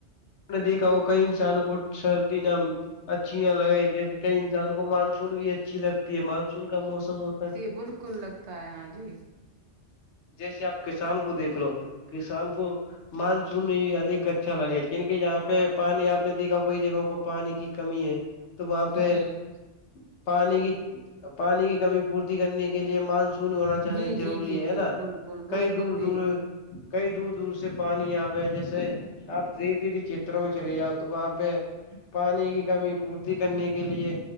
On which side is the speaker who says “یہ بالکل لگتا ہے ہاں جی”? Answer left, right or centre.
Right